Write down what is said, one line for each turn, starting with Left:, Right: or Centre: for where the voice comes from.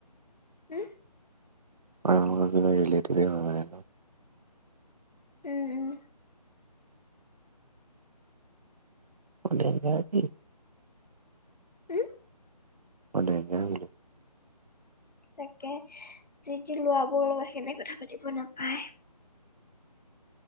Left: উম।
Right: ককাহঁতৰ <unintelligible> কিবা ৰিলেতিভেই হয় মানে ন'?
Left: উম, উম।
Right: বৰ ডেঞ্জাৰ দেই।
Left: উম
Right: মই ডেঞ্জাৰে বোলোঁ।
Left: তাকে, জি-তি ল'ৰাবোৰৰ লগত সেইকাৰণে কথা পাতিব নাপায়।